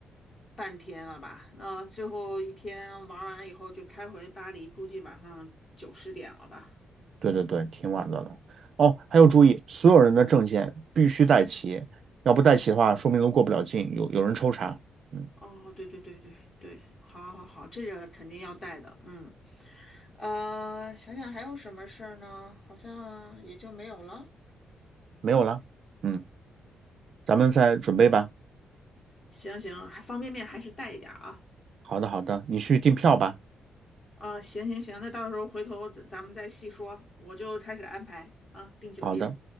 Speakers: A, on the left (about 25°); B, on the right (about 50°).
A: 半天了吧？那最后一天玩完以后就开回巴黎，估计晚上九十点了吧？
B: 对对对，挺晚的了。哦，还有注意，所有人的证件必须带齐，要不带齐的话，说明都过不了境，有有人抽查。嗯。
A: 哦，对对对对对，好，好，好，这个肯定要带的。嗯，呃，想想还有什么事儿呢？好像也就没有了。
B: 没有了。嗯，咱们再准备吧。
A: 行行，还方便面还是带一点儿啊。
B: 好的，好的，你去订票吧。
A: 啊、行行行，那到时候回头咱咱们再细说，我就开始安排啊，订酒店。
B: 好的。